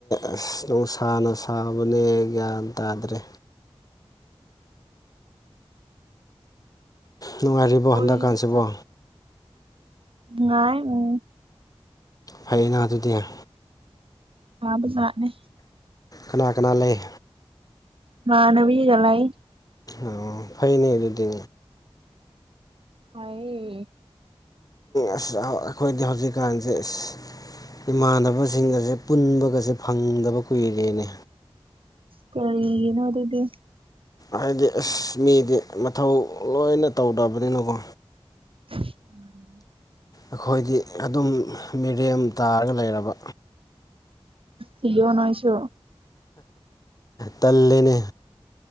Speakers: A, on the left (about 35°); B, on the right (about 65°).
A: ꯑꯁ ꯅꯨꯡꯁꯥꯅ ꯁꯥꯕꯅꯦ ꯒ꯭ꯌꯥꯟ ꯇꯥꯗ꯭ꯔꯦ ꯅꯨꯡꯉꯥꯏꯔꯤꯕꯣ ꯍꯟꯗꯛꯀꯥꯟꯁꯤꯕꯣ
B: <inaudible> ꯅꯨꯡꯉꯥꯏ ꯎꯝ
A: ꯐꯩꯌꯦꯅ ꯑꯗꯨꯗꯤ
B: ꯋꯕꯥꯖꯠꯅꯤ
A: ꯀꯅꯥ ꯀꯅꯥ ꯂꯩ
B: ꯢꯃꯥꯅꯕꯤꯒ ꯂꯩ
A: ꯑꯣ ꯐꯩꯅꯦ ꯑꯗꯨꯗꯤ
B: ꯇꯥꯢꯌꯦ
A: ꯑꯁ ꯑꯩꯈꯣꯏꯗꯤ ꯍꯧꯖꯤꯛꯀꯥꯟꯁꯦ ꯑꯁ ꯏꯃꯥꯟꯅꯕ ꯁꯤꯡꯒꯁꯦ ꯄꯨꯟꯕꯒꯁꯦ ꯐꯪꯗꯕ ꯀꯨꯏꯔꯦꯅꯦ
B: ꯀꯔꯤꯒꯤꯅ‌ꯣ ꯑꯗꯨꯗꯤ
A: ꯍꯥꯏꯗꯤ ꯑꯁ ꯃꯤꯗꯤ ꯃꯊꯧ ꯂꯣꯏꯅ ꯇꯧꯗꯕꯅꯤꯅꯀꯣ
B: <inaudible>
A: ꯑꯈꯣꯏꯗꯤ ꯑꯗꯨꯝ ꯃꯤꯔꯦꯝ ꯇꯥꯔꯒ ꯂꯩꯔꯕ
B: ꯊꯤꯌ‌ꯣ ꯅꯣꯏꯁꯨ
A: ꯇꯜꯂꯦ ꯅꯦ